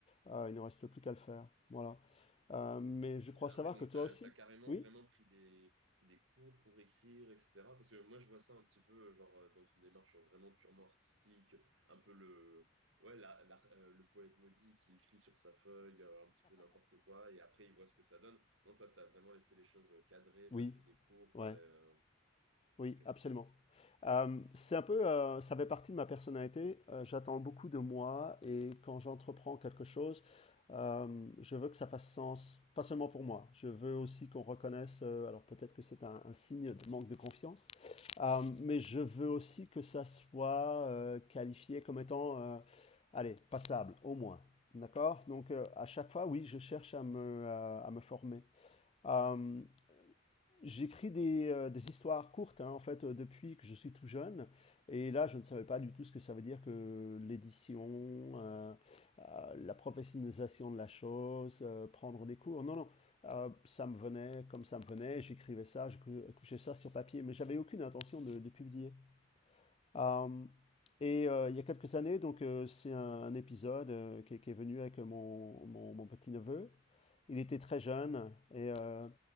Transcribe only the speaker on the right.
Ok.
Ah
ouais, donc
t'as,
t'as carrément
vraiment pris des, des cours pour écrire, etc. Parce que moi, je vois ça un petit peu, genre, euh, dans une démarche vraiment purement artistique, un peu le, ouais, la, la- euh, le poète maudit qui écrit sur sa feuille, euh, un petit peu n'importe quoi, et après, il voit ce que ça donne. Non, toi, t'as vraiment fait les choses euh, cadrées,
t'as pris des cours,
t'as, euh,
Ok.